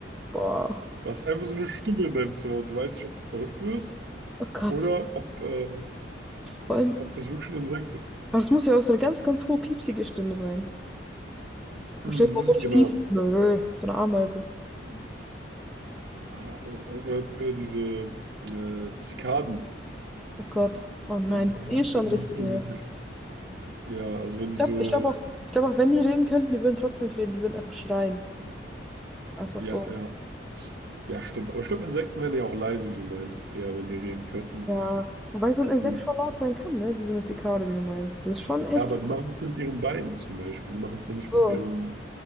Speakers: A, in the centre; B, on the right.
A: Boah,
B: Du hast einfach so eine Stimme in deinem Zimmer und du weißt nicht, ob du verrückt wirst
A: oh Gott.
B: oder ob, äh,
A: Vor allem,
B: ob das wirklich ein Insekt ist.
A: aber das muss ja auch so eine ganz, ganz hohe, piepsige Stimme sein.
B: Mhm,
A: Und stell dir vor, so richtig
B: genau.
A: tief. Nö, so eine Ameise.
B: Ah, Oder, oder diese äh, Zikaden,
A: Oh Gott. Oh nein,
B: wenn
A: die
B: die,
A: sind eh schon
B: wenn
A: richtig
B: die irgendwie,
A: nervig.
B: ja, also wenn die
A: Ich glaube,
B: so,
A: ich glaube auch, ich glaube auch, wenn die reden könnten, die würden trotzdem nicht reden, die würden einfach schreien. Einfach
B: ja,
A: so.
B: ja, ja, stimmt. Aber ich glaube, Insekten wären ja auch leise, wie du meinst, eher, wenn die reden könnten.
A: Ja, wobei so ein Insekt
B: Mhm.
A: schon laut sein kann, ne? Wie so eine Zikade, wie du meinst. Sie ist schon echt
B: Ja, aber die
A: laut.
B: machen es ja mit ihren Beinen zum Beispiel. Die machen es ja nicht
A: So,
B: mit ihren,